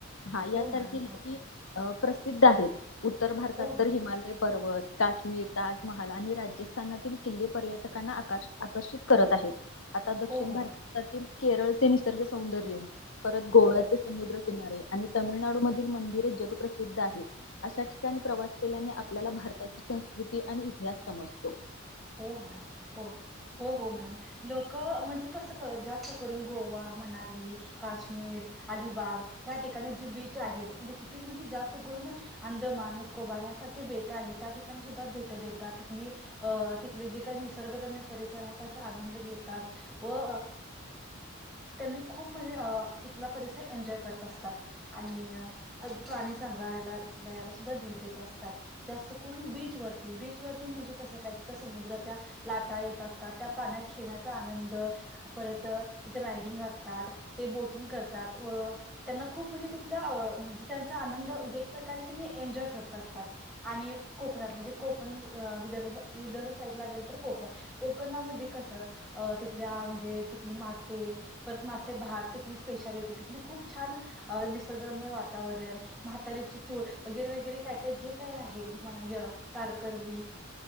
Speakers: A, on the left (about 70°); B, in the centre.
A: हा
B: हो
A: यासारखे
B: मॅम हो
A: प्रसिद्ध आहेत उत्तर भारतात
B: हो हो
A: तर हिमालय पर्वत काशी ताजमहाल आणि राजस्थानातील किल्ले पर्यटकांना आकर् आकर्षित करत आहेत आता दक्षिण
B: हो हो
A: भारतातील केरळचे निसर्ग सौंदर्य परत गोव्याचे समुद्र किनारे आणि तामिळनाडू मधील मंदिरे जगप्रसिद्ध सिद्ध आहे अशा ठिकाणी प्रवास केल्याने आपल्याला भारताची संस्कृती आणि इतिहास समजतो.
B: हो मॅम हो हो हो मॅम लोक क म्हणजे कसं कर जास्त करून गोवा मनाली काश्मीर अलिबाग या ठिकाणी जे बीच आहेत म्हणजे तिथे म्हणजे जास्त करून अंदमान निकोबार यासारखे बेट आहेत त्या ठिकाणी सुद्धा भेट देतात तिथले जे काही निसर्गरम्य परिसर आहे त्याचा आनंद घेतात व त्यांनी खूप म्हणजे तिथला परिसर एन्जॉय करत असतात आणि प्राणी संग्रहाललयाला सुद्धा भेट देत असतात जास्त करून बीचवरती बीचवर म्हणजे कस काय तिथ समुद्राच्या लाटा येत असतात त्या पाण्यात खेळण्याचा आनंद परत तिथे रायडिंग असतात ते बोटिंग करतात व त्यांना खूप म्हणजे तिथला म्हणजे त्यांचा आनंद म्हणे एक प्रकारे तिनी एन्जॉय करत असतात आणि कोकणात म्हणजे कोकण विदर्भ विदर्भ साईडला गेल तर कोकण कोकणामध्ये कसं तिथल्या म्हणजे तिथली मासे परत मासे भात तिथली स्पेशालिटी तिथली खूप छान निसर्गरम्य वातावरण म्हातारीची चूल वगैरे वगैरे काय काय जे काय आहे य तारकरली